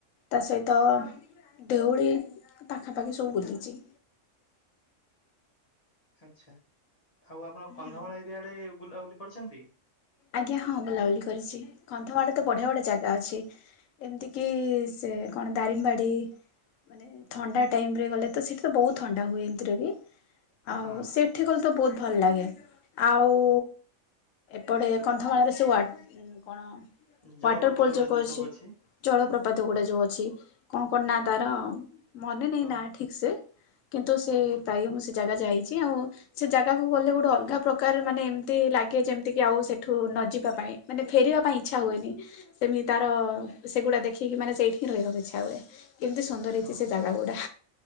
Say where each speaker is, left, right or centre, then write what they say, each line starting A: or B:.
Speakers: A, on the left; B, on the left.
A: ତା ସଇତ ଦେଉଳି ପାଖାପାଖି ସବୁ ବୁଲିଚି।
B: ଆଚ୍ଛା। ଆଉ ଆପଣ କନ୍ଧମାଳ
A: ହୁଁ
B: ଏରିଆ ଆଡେ ବୁଲାବୁଲି କରିଛନ୍ତି।
A: ଆଜ୍ଞା ହଁ ବୁଲାବୁଲି କରିଚି। କନ୍ଧମାଳ ତ ବଢିଆ ବଢିଆ ଜାଗା ଅଛି। ଏମିତି କି ସେ କଣ ଦାରିମବାଡି। ମାନେ ଥଣ୍ଡା ଟାଇମ୍ ରେ ଗଲେ ତ ସେଠି ତ ବହୁତ୍ ଥଣ୍ଡା ହୁଏ ଏମିତିରେ ବି ଆଉ
B: ହଁ
A: ସେ- ଗଲେ ତ ବହୁତ ଭଲ ଲାଗେ ଆଉ ପଡେ କନ୍ଧମାଳରେ ସେ ୱାଟ କଣ
B: ଜଳପ୍ରପାତ
A: ୱାଟରପଲ୍
B: ଗୁଡା
A: ଯୋଉ କରିଚି
B: ସବୁ ଅଛି
A: ଜଳପ୍ରପାତ ଗୁଡା ଯୋଉ ଅଛି। କଣ କଣ ନା ତାର? ମନେ ନାଇଁ
B: ଅ
A: ନା ଠିକ୍ ସେ କିନ୍ତୁ ସେ
B: ଅ ପୁ
A: ପ୍ରାୟ ମୁଁ ସେ ଜାଗା ଯାଇଚି ଆଉ। ସେ ଜାଗାକୁ ଗଲେ ଗୋଟେ ଅଲଗା ପ୍ରକାର ମାନେ ଏମିତି ଲାଗେ ଯେମ୍। ତିକି ଆଉ ସେଠୁ ନ ଯିବା ପାଇଁ ମାନେ ଫେରିବା ପାଇଁ ଇଚ୍ଛା ହୁଏନି। ସେମି ତାର ସେଗୁଡା ଦେଖିକି ମାନେ ସେଇଠି ହିଁ ରହିବାକୁ ଇଚ୍ଛା ହୁଏ। କେମିତି ସୁନ୍ଦର
B: ହଁ।
A: ହେଇଚି ସେ ଜାଗା ଗୁଡା।